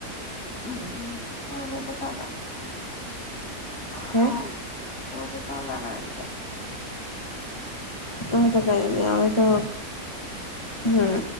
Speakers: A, on the left; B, on the left.
A: હમ <unintelligible>
B: હે
A: <unintelligible>
B: હ તો કઈ નહી, હવે તો હમ.